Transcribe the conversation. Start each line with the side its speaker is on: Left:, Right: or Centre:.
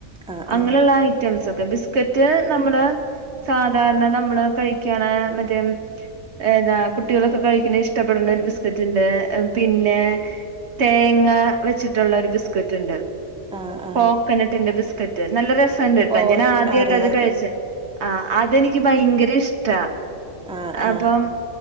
Centre: ആഹ്
Right: അങ്ങനെയുള്ള
Centre: ആഹ്
Right: ഐറ്റംസ് ഒക്കെ ബിസ്കറ്റ് നമ്മള് സാധാരണ നമ്മള് കഴിക്കാനാ മറ്റേ ഏതാ കുട്ടികളൊക്കെ കഴിക്കണ ഇഷ്ടപ്പെടുന്ന ഒരു ബിസ്കറ്റ് ഉണ്ട് പിന്നെ തേങ്ങ വെച്ചിട്ടുള്ള ഒരു ബിസ്കറ്റ് ഉണ്ട്
Centre: ആഹ് ആഹ്
Right: കോക്കനട്ടിന്റെ ബിസ്കറ്റ് നല്ല രസണ്ട്ട്ടാ
Centre: ഓ
Right: ഞാൻ
Centre: ഞ
Right: ആദ്യയായിട്ട്
Centre: അറിയാം
Right: അത്
Centre: അറിയാം
Right: കഴിച്ചേ ആഹ് അതെനിക്ക് ഭയങ്കര ഇഷ്ടാ
Centre: ആഹ്
Right: അപ്പം
Centre: ആഹ്